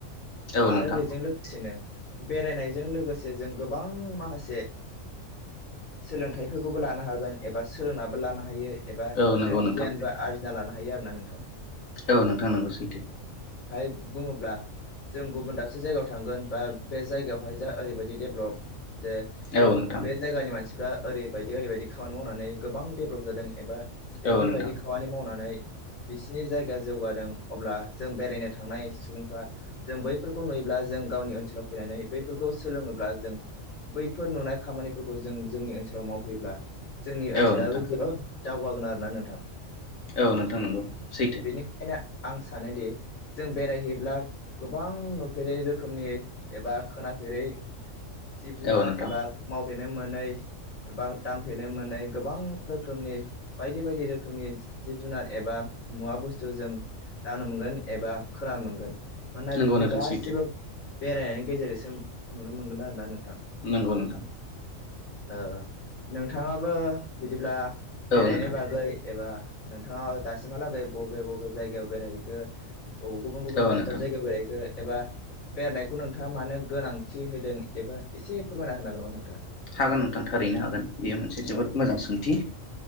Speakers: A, on the left (about 80°); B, on the left (about 65°).
A: औ
B: आरो
A: नोंथां
B: बेजों लोगोसेनो बेरायनायजों लोगोसे जों गोबां माखासे सोलोंथाइफोरखौबो लानो हागोन एबा सोलोंनाबो लानो हायो एबा
A: औ नंगौ
B: जों
A: नोंथां
B: गियानबो आरजि ना लानो हायो आरो ना नोंथां
A: औ नोंथां नोंगौ सैथो
B: बुंङोब्ला जों गुबुन दाबसे जायगायाव थांगोन बा बे जायगायावहाय जा ओरैबायदि डेभलप जे बे
A: औ नोंथां
B: बे जायगानि मानसिफ्रा ओरैबायदि ओरैबायदि खामानि मावनानै गोबां डेभेलप जादों एबा बेफोरबायदि
A: औ नोंथां
B: खामानि मावनानै बिसिनि जायगा जौगादों अब्ला जों बेरायनो थांनाय सुबुंफ्रा जों बैफोरखौ नुयोब्ला ब्ला जों गावनि ओनसोलाव फैनानै बेफोरखौ सोलोंङोब्ला जों बैफोर नुनाय खामानिफोरखौ जों जोंनि ओनसोलाव मावफैयोब्ला जोंनि ओनसोलाबो
A: औ नोंथां
B: जोबोद दावगागोन आरोना नोंथां
A: औ नोंथां नंगौ सैथो
B: बेनिखायनो आं सानोदि जों बेरायहैयोब्ला गोबां नुफेरै रोखोमनि एबा खोनाफेरै जिब जुनार
A: औ नोंथां
B: एबा मावफेरनो मोनै एबा दांफेरनो मोनै गोबां रोखोमनि बायदि बायदि रोखोमनि जिब जुनार एबा मुवा बुस्थु जों दांनो मोनगोन एबा खोनानो मोनगोन मानोना
A: नंगौ
B: बेफोर
A: नोंथां
B: गासिबो
A: सैथो
B: बेरायनायनि गेजेरजोंसो नुनो मोनगोन आरोना नोंथां
A: नोंगौ नोंथां
B: ओ नोंथाङाबो बिदिब्ला
A: औ
B: बेरायनायनि
A: नोंथां
B: बागै एबा नोंथाङा दासिमहालागै बबे बबे जायगायाव बेरायहैखो अब गुबुन गुबुन
A: औ
B: दाब
A: नोंथां
B: दाब जायगायाव बेरायहैखो एबा बेरायनायखौ नोंथाङा मानो गोनांथि होदों एबा एसे फोरमायना होनागोन नामा नोंथाङा
A: हागोन नोंथां थारैनो हागोन बेयो मोनसे जोबोद
B: हागोन
A: मोजां सोंथि